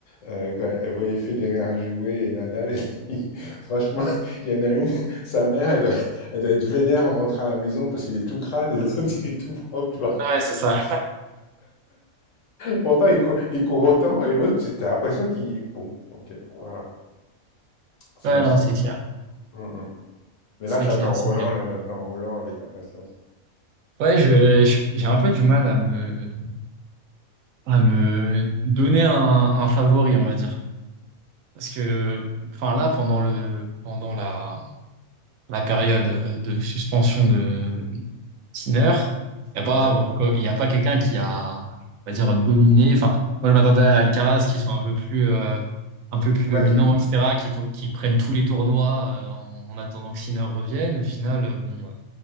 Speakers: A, on the left (about 65°); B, on the right (about 75°).
A: euh, quand elle voyait Federer jouer et Nadal, elle dit, <laughs> franchement, il y en a une, <laughs> sa mère, elle doit, elle doit être vénère en rentrant à la maison parce qu'il est tout crade et l'autre <laughs> il est tout propre, tu vois.
B: Ouais, c'est ça.
A: Pourtant, il court, il court autant et l'autre, tu as l'impression qu'il bon, ok, voilà. C'est
B: Ouais,
A: dans
B: non,
A: ce sens-là.
B: c'est clair.
A: Mmh, mmh. Mais
B: C'est
A: là, j'attends
B: clair, c'est
A: Roland,
B: clair.
A: là, j'attends Roland avec impatience.
B: Ouais, je, je- j'ai un peu du mal à me, à me donner un, un favori, on va dire. Parce que, enfin, là, pendant le, pendant la, la période euh, de suspension de Sinner, il n'y a pas,
A: Ouais.
B: bon, il y a pas quelqu'un qui a, on va dire, dominé. Enfin, moi, je m'attendais à Alcaraz qui soit un peu plus, euh, un peu plus
A: Ouais,
B: dominant,
A: qui-
B: etc., qui, to- qui prenne tous les tournois euh, en, en attendant que Sinner revienne. Au final, euh, bon, euh,